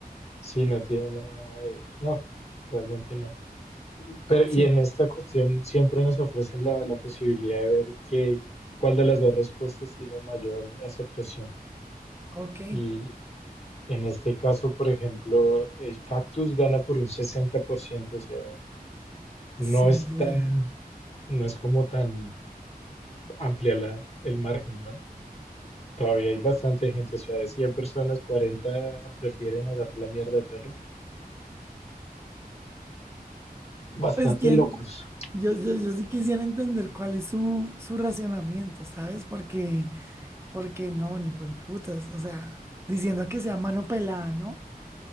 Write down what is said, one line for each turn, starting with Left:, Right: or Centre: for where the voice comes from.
Left: sí, no tiene nada de... No, realmente no. Pero,
Right: Sí,
Left: y en esta cuestión siempre nos ofrecen la, la posibilidad de ver que, cuál de las dos respuestas tiene mayor aceptación.
Right: ok,
Left: Y en este caso, por ejemplo, el cactus gana por un sesenta por ciento o sea,
Right: sin
Left: no es
Right: duda.
Left: tan, no es como tan amplia la, el margen, ¿no? Todavía hay bastante gente, o sea, de 100 personas, 40 prefieren agarrar la mierda de perro. Bastante
Right: Pues quien,
Left: locos.
Right: yo, yo, yo sí quisiera entender cuál es su, su racionamiento, ¿sabes? Porque, porque no, ni por el putas, o sea, diciendo que sea mano pelada, ¿no?